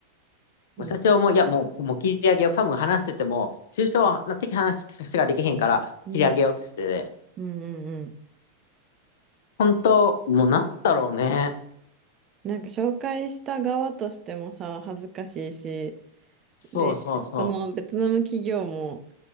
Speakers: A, on the right; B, on the left.
A: うん
B: う社長も、いや、もう、もう切り上げよう。多分話してても、抽象的話しかできへんから、
A: うん
B: 切り上げようって言ってて。
A: うんうん。
B: 本当、もうなんだろうね。
A: なんか紹介した側としてもさ、恥ずかしいし、
B: そうそうそう。
A: で、そのベトナム企業も、